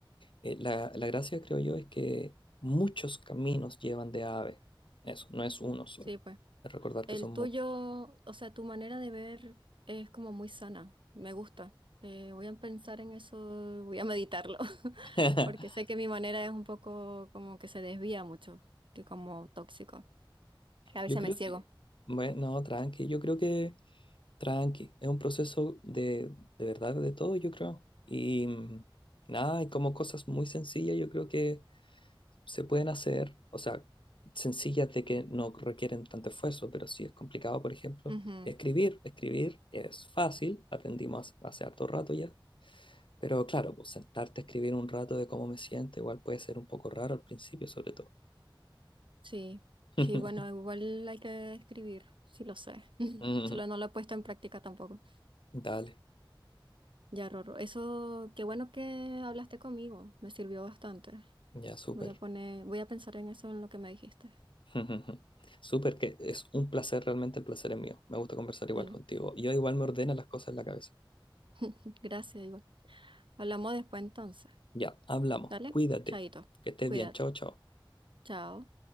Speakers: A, on the left; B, on the right.
A: Eh, la, la gracia, creo yo, es que muchos caminos llevan de A a B. Eso, no es uno solo.
B: Sí, pues.
A: Recordar
B: El
A: que son muchos.
B: tuyo, o sea, tu manera de ver es como muy sana, me gusta. Eh, voy a pensar en eso, voy a meditarlo, <laughs>
A: <laughs>
B: porque sé que mi manera es un poco como que se desvía mucho, y como tóxico. A veces
A: Yo creo
B: me ciego.
A: que, bueno, tranqui, yo creo que... Tranqui, es un proceso de, de verdad de todo, yo creo. Y mm, nada, hay como cosas muy sencillas, yo creo que se pueden hacer, o sea, sencillas de que no requieren tanto esfuerzo, pero sí es complicado, por ejemplo,
B: Ujú,
A: escribir. Escribir es fácil, aprendimos hace harto rato ya, pero claro, pues sentarte a escribir un rato de cómo me siento, igual puede ser un poco raro al principio, sobre todo.
B: Sí, sí,
A: <laughs>
B: bueno, igual hay que escribir, sí lo sé. <laughs>
A: Mm,
B: Solo no lo he puesto en práctica tampoco.
A: Dale,
B: Ya, Rorro, eso, qué bueno que hablaste conmigo, me sirvió bastante.
A: ya súper.
B: Voy a poner, voy a pensar en eso, en lo que me dijiste.
A: <laughs> Ujú. Súper, que es un placer, realmente el placer es mío. Me gusta conversar igual
B: Dale.
A: contigo. Yo igual me ordena las cosas en la cabeza.
B: <laughs> Gracias, Iván. Hablamos después entonces.
A: Ya, hablamos.
B: Dale,
A: Cuídate.
B: chaito,
A: Que estés
B: cuídate.
A: bien. Chao, chao.
B: Chao.